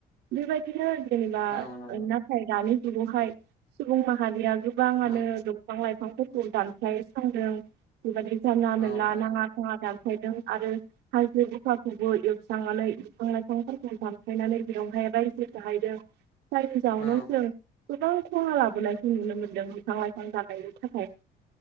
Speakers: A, on the right (about 80°); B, on the left (about 75°).
A: बेबायदिनो जेनेबा
B: औ नंगौ
A: नाथाय दानि बेवहाय सुबुं माहारिया गोबाङानो
B: उम
A: दंफां लाइफां दंफांफोरखौ दानफाय सांदों बिबायदि जानला
B: औ
A: मानला
B: औ
A: नाङा फाङा दान फायदों आरो <unintelligible> एवस्रांनानै बिफां लाइफांफोरखौ दामफायनानै बेंहाय रायजो जाहैदों जायनि जावनाव
B: औ
A: जों गोबां खहा लाबोनायखौ नुनो मोन्दों बिफां लाइफां दानायनि थाखाय।